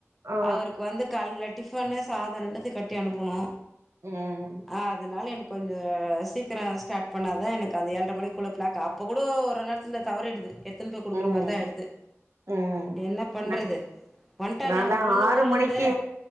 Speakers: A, on the right; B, in the centre.
A: ஆ
B: அவருக்கு வந்து காலைல டிஃபன்னு சாத ரெண்டுத்தை கட்டி அனுப்பணு
A: ம்
B: அதனால எனக்கு சீக்கிர ஸ்டார்ட் பண்ணா தான் எனக்கு அந்த ஏழ்ரை மணிக்குள்ள பிளாக் அப்போ கூட ஒரு நேரத்துல தவறிடுது எத்தினுபோய் கொடுக்குற
A: ம்
B: மாரி தா ஆயிடுது
A: ம்
B: என்ன பண்றது
A: நா
B: வன்ட்டாங்களா
A: நான்லா
B: உங்க பொண்ணு
A: ஆறு
B: ஊர்ல
A: மணிக்கு
B: இருந்து